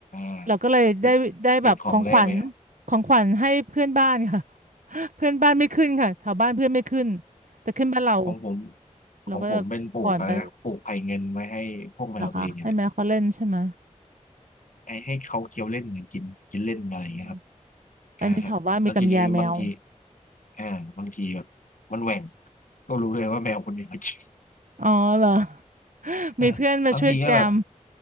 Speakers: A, on the left (about 80°); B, on the right (about 85°).
A: า
B: เราก็เลยได้ได้แบบของขวัญ
A: เป็นเป็นของแร่แมว
B: ของขวัญให้เพื่อนบ้านค่ะ <laughs> เพื่อนบ้านไม่ขึ้นค่ะแถวบ้านเพื่อนไม่ขึ้นแต่ขึ้นบ้านเรา
A: ของผม
B: เราก็จะถอนไป
A: ของผมเป็นปลูกอะไรนะปลูกไผ่เงินไว้ให้พวกแมวตัวเองเนี่ยแหละ
B: เหรอคะให้แมวเขาเล่นใช่ไหม
A: ให้ให้เขาเคี้ยวเล่นหรือกินกินเล่นอะไรอย่างเงี้ยครับ
B: อืม
A: อ่าฮะแล้วทีนี้บางที
B: อันนี้แถวบ้านมีตำยาแมว
A: อ่าบางทีแบบมันแหว่งก็รู้เลยว่าแมวคนนี้มากิน
B: อ๋อเหรอ <laughs>
A: <laughs> อ่าบางทีก็แบบ
B: มีเพื่อนมาช่วยแจม